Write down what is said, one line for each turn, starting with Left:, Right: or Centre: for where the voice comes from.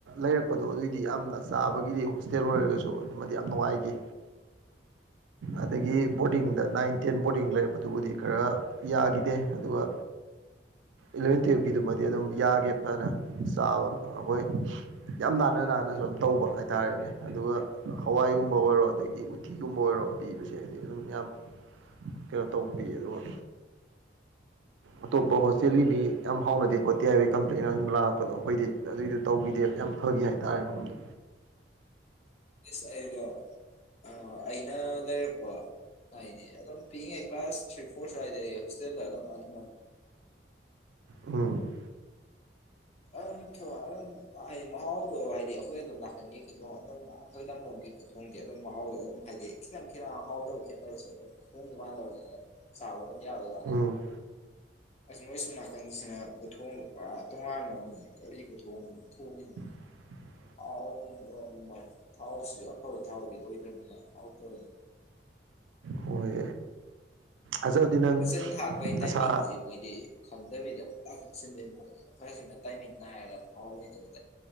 Right: ꯂꯩꯔꯛꯄꯗꯣ꯫ ꯑꯗꯨꯏꯗꯤ ꯌꯥꯝꯅ ꯆꯥꯕꯒꯤꯗꯤ ꯍꯣꯁꯇꯦꯜ ꯑꯣꯏꯔꯒꯁꯨ ꯑꯗꯨꯃꯗꯤ ꯌꯥꯝ ꯅꯨꯡꯉꯥꯏꯈꯤ꯫ ꯑꯗꯒꯤ ꯕꯣꯔꯗꯤꯡꯗ ꯅꯥꯏꯟ ꯇꯦꯟ ꯕꯣꯔꯗꯤꯡ ꯂꯩꯔꯛꯄꯗꯨꯕꯨꯗꯤ ꯈꯔ ꯌꯥꯈꯤꯗꯦ ꯑꯗꯨꯒ꯫ ꯏꯂꯚꯦꯟ ꯇꯨꯌꯦꯞꯀꯤꯗꯨꯃꯗꯤ ꯑꯗꯨꯝ ꯌꯥꯒꯦ ꯐꯅ ꯆꯥꯕ ꯑꯩꯈꯣꯏ ꯌꯥꯝ ꯅꯥꯟꯅ ꯅꯥ꯫ ꯍꯥꯟꯅꯁꯨ ꯑꯗꯨꯝ ꯇꯧꯕ ꯍꯥꯏꯇꯥꯔꯦꯅꯦ ꯑꯗꯨꯒ ꯍꯋꯥꯏꯒꯨꯝꯕ ꯑꯣꯏꯔꯣ ꯑꯗꯒꯤ ꯎꯠꯇꯤꯒꯨꯝꯕ ꯑꯣꯏꯔꯣ꯫ ꯄꯤꯕꯁꯦ ꯍꯥꯏꯗꯤ ꯑꯗꯨꯝ ꯌꯥꯝ ꯀꯩꯅꯣ ꯇꯧꯕ ꯄꯤꯌꯦ ꯑꯗꯨꯒ ꯑꯇꯣꯞꯄ ꯍꯣꯁꯇꯦꯜꯒꯤꯗꯤ ꯌꯥꯝ ꯍꯥꯎꯅꯗꯦ ꯈꯣꯠꯇꯦ ꯍꯥꯏꯕꯒꯤ ꯀꯝꯄ꯭ꯂꯦꯟ ꯑꯗꯨꯨꯝ ꯂꯥꯛꯄꯗꯣ ꯑꯩꯈꯣꯏꯗꯤ ꯑꯗꯨꯒꯤꯗꯨ ꯇꯧꯈꯤꯗꯦꯕ ꯌꯥꯝ ꯐꯈꯤ ꯍꯥꯏꯇꯥꯔꯦ ꯃꯐꯝꯗꯣ
Left: ꯁ ꯑꯩꯗꯣ ꯑ ꯑꯩꯅ ꯂꯩꯔꯛꯄ ꯍꯥꯏꯗꯤ ꯑꯗꯨ ꯐꯤꯉꯦ ꯀ꯭ꯂꯥꯁꯔꯤ ꯐꯣꯔꯁꯗꯇꯅꯝꯦ
Right: ꯎꯝ
Left: ꯑꯗꯨ ꯑꯗꯨꯝ ꯍꯥꯏꯗꯤ ꯃꯍꯥꯎꯗꯣ ꯍꯥꯏꯗꯤ ꯑꯩꯈꯣꯏ ꯑꯗꯨꯝ ꯅꯥꯀꯟꯒꯤ ꯈꯤꯇꯣ ꯑꯗꯨꯝꯣꯏ ꯂꯝ ꯅꯣꯝꯒꯤꯇꯣ ꯊꯣꯡꯗꯤꯦ ꯑꯗꯨꯝ ꯃꯍꯥꯎꯗ ꯑꯗꯨꯝ ꯍꯥꯏꯗꯤ ꯈꯤꯇꯪ ꯈꯤꯇꯪ ꯍꯥꯎꯗꯕ ꯈꯦꯠꯅꯔꯁꯨ ꯑꯗꯨꯝ ꯊꯣꯡꯒ ꯃꯥꯟꯅꯕꯗ ꯆꯥꯕꯗ ꯄꯨꯨꯝꯥꯕ
Right: ꯑꯣ
Left: ꯑꯁ ꯃꯣꯏꯁꯨ ꯅꯥꯀꯟꯁꯤꯅ ꯈꯨꯊꯣꯡꯁ ꯄꯨꯔꯥ ꯇꯣꯉꯥꯟꯕ ꯑꯃ ꯀꯔꯤ ꯈꯨꯊꯣꯡꯅꯣ ꯊꯣꯡꯉꯤꯅꯣ
Right: ꯇꯥꯗꯔꯦ <inaudible>
Left: ꯑꯥꯎ ꯚꯥꯏ ꯊꯥꯎꯁꯤꯁꯨ ꯑꯐꯕ ꯊꯥꯎꯗꯤ ꯑꯣꯏꯗ꯭ꯔꯅꯤꯅ ꯑꯥꯎ ꯇꯅꯤ
Right: ꯍꯣꯏ ꯑꯁ ꯑꯗꯨꯗꯤ ꯅꯪ
Left: ꯋꯥꯖꯟ ꯊꯥꯛꯄ ꯑꯩ
Right: ꯅꯁꯥ
Left: ꯇꯥꯏꯃꯤꯡꯁꯦ ꯃꯣꯏꯗꯤ ꯈꯪ ꯅꯠꯇꯕꯤꯗ ꯄꯇꯥꯛ ꯀꯞꯆꯤꯟꯗꯣꯏ ꯑꯩꯈꯣꯏꯅ ꯁꯅ ꯇꯥꯏꯃꯤꯡ ꯥꯏꯔꯒ ꯐꯥꯎꯕ ꯂꯩꯩꯗꯕ